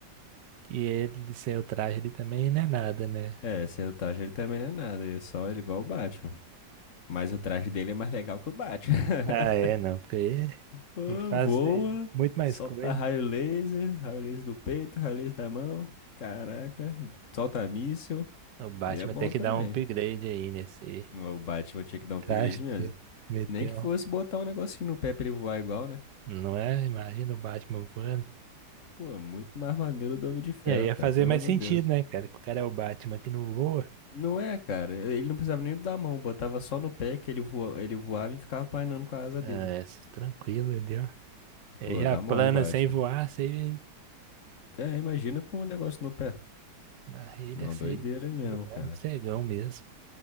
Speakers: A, on the right (about 80°); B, on the left (about 50°).
A: que ele sem o traje ele também não é nada, né?
B: é, sem o traje ele também não é nada, ele é só ele é igual o Batman. Mas o traje dele é mais legal que o Batman. <laughs>
A: Ah, é, não, porque ele,
B: Pô,
A: ele faz
B: Voa,
A: é, muito mais
B: solta
A: coisa.
B: raio laser, raio laser do peito, raio laser da mão. Caraca, solta míssil.
A: O Batman
B: Ele é bom
A: tem que
B: também.
A: dar um upgrade aí nesse
B: O Batman tinha que dar um upgrade
A: traje que
B: mesmo.
A: você meteu.
B: Nem que fosse botar um negocinho no pé pra ele voar igual, né?
A: Não é? Imagina o Batman voando.
B: Pô, é muito mais maneiro do Homem de Ferro,
A: E aí ia
B: cara,
A: fazer
B: pelo
A: mais
B: amor
A: sentido,
B: de Deus.
A: né, cara? Que o cara é o Batman que não voa.
B: Não é, cara. Ele não precisava nem da mão, botava só no pé que ele voa, ele voava e ficava planeando com a asa
A: É,
B: dele.
A: s- tranquilo, entendeu? Ele
B: Pô,
A: já
B: dá
A: plana
B: mole o Batman.
A: sem voar, sem...
B: É, imagina com um negócio no pé.
A: Na rede
B: Não,
A: é sem...
B: doideira mesmo,
A: é igual
B: cara.
A: um cegão mesmo.